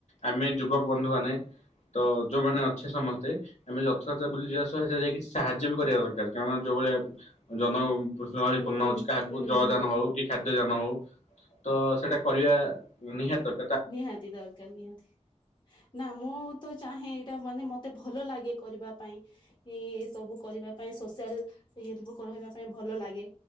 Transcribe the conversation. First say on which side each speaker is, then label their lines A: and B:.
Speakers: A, on the left; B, on the left.
A: ଆମେ ଯୁବକ ବନ୍ଧୁମାନେ ତ ଯୋଉମାନେ ଅଛେ ସମସ୍ତେ ଆମେ ଯଥଯାତ୍ରା ବୁଲିଯିବା ସହିତ ଯାଇକି ସାହାଯ୍ୟ ବି କରିବା ଦରକାର କାରଣ ଯୋଉ ଭଳିଆ ଜନ ଗହଳିପୂର୍ଣ୍ଣ
B: ହୁଁ ହୁଁ
A: ଅଛି କାହାକୁ
B: ହୁଁ ହୁଁ
A: ଯାନ ହୋଉ କି ଖାଦ୍ୟ ଯାନ ହୋଉ ତ ସେଇଟା କରିବା ନିହାତ ଦ
B: ନିହାତି ଦରକାର ନିହାତି ନା ମୁଁ ତ ଚାହେଁ ଟା ମାନେ ମତେ ଭଲ ଲାଗେ କରିବା ପାଇଁ ଏ ସବୁ କରିବା ପାଇଁ ସୋସିଆଲ ଇଏରେ କରିବୁ ରହିବା ପାଇଁ ଭଲ ଲାଗେ